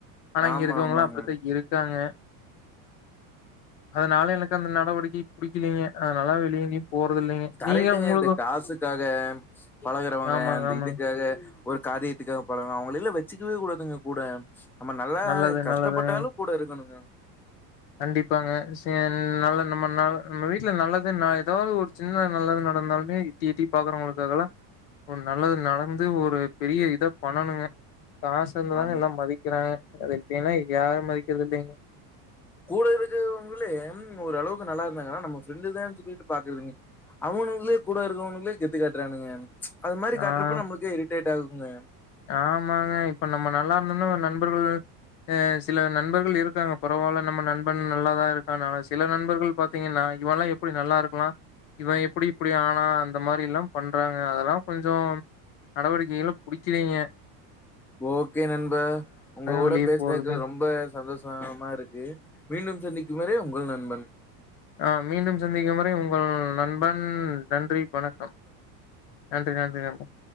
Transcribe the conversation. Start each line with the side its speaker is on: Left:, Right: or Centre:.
Left: ஆனா இங்க
Centre: ஆமா,
Left: இருக்கவங்களா
Centre: ஆமாங்க.
Left: அப்டித்தான் இருக்காங்க அதனால எனக்கு அந்த நடவடிக்கை புடிக்கி லீங்க அதனால வெளிய எங்கயும் போறதில்லைங்க.
Centre: கரைட்டுங்க
Left: நீங்க உங்களுக்கு
Centre: இந்த காசுக்காக பழகுறவங்க
Left: ஆமாங்க,
Centre: அந்த
Left: ஆமாங்க.
Centre: இதுக்காக ஒரு காரியத்துக்காக பழக அவங்களலா வச்சுக்கவே கூடாதுங்க கூட நம்ம நல்லா
Left: நல்லது,
Centre: ஆ கஷ்டப்பட்டாலு
Left: நல்லதுங்க.
Centre: கூட இருக்கணுங்க
Left: கண்டிப்பாங்க சே நல்ல நம்ம ந நம்ம வீட்ல நல்லதே ந எதாவது ஒரு சின்ன நல்லது நடந்தாலுமே இட்டி இட்டி பாக்குறவங்களுக்காகலா ஒரு நல்லது நடந்து ஒரு பெரிய இத பண்ணணுங்க காசு இருந்ததாங்க
Centre: ஆம்.
Left: எல்லா மதிக்றாங்கா அது எப்டினா இங்க யாரு மதிக்கறது இல்லைங்க
Centre: கூட இருக்றவங்களே ஒரு அளவுக்கு நல்லாருந்தாங்கனா நம்ம ஃப்ரெண்டு தான் சொல்லிட்டு பாக்றதுலங்க அவனுங்களே கூட இருக்கவங்களே கெத்து காட்றானுங்க அது மாரி காட்றப்ப
Left: ஆ.
Centre: நம்லுக்கே இரிட்டேட் டா குங்க
Left: ஆமாங்க இப்ப நம்ம நல்லா இருந்தோமனா நண்பர்கள் அ சில நண்பர்கள் இருக்காங்க பரவால்ல நம்ம நண்பன் நல்லாதா இருக்கானு ஆனா சில நண்பர்கள் பாத்தீங்கனா இவலா எப்டி நல்லாருக்கலா இவன் எப்டி இப்டி ஆனா அந்த மாரிலா பண்றாங்க அதல்லா கொஞ்சம் நடவடிக்கைகள் புடிக் கிலிங்க
Centre: ஓகே நண்ப உங்க கூட
Left: வெளிய
Centre: பேசுனதுக்கு
Left: போறது.
Centre: ரொம்ப சந்தோஷ மா மாருக்கு மீண்டும் சந்திக்கும் வரை உங்கள் நண்பன்
Left: ஆ மீண்டும் சந்திக்கும் வரை உங்கள் நண்பன் நன்றி வணக்கம் நன்றி நன்றி நண்பா